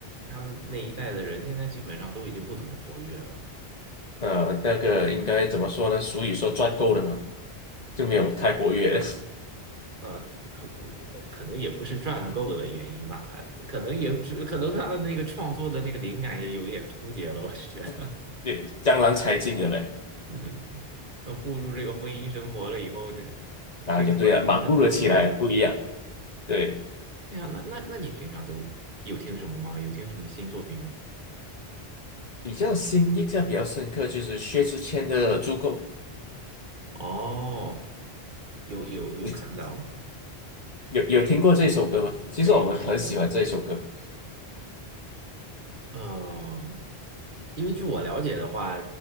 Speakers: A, on the right (about 50°); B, on the left (about 40°).
A: 他们那一代的人，现在基本上都已经不怎么活跃了。
B: 呃，那个应该怎么说呢？俗语说赚够了嘛，就没有太活跃。
A: 呃，可可能也不是赚够的原因吧，可能也只可能他的那个创作的那个灵感也有一点枯竭了，我是觉得，
B: 嗯，对，江郎才尽了嘞，
A: <laughs> 嗯呃步入这个婚姻生活了以后，这
B: 啊，
A: 这块儿不是他的重点。
B: 也对啊，忙碌了起来，不一样。对，
A: 对呀，那那那你平常都有听什么吗？有听什么新作品吗？
B: 比较新印象比较深刻就是薛之谦的《足够》，
A: 哦，有有有看到，
B: 你有有听过这首歌吗？其实我们很喜欢这首歌。
A: 没有没有吗？呃，因为据我了解的话，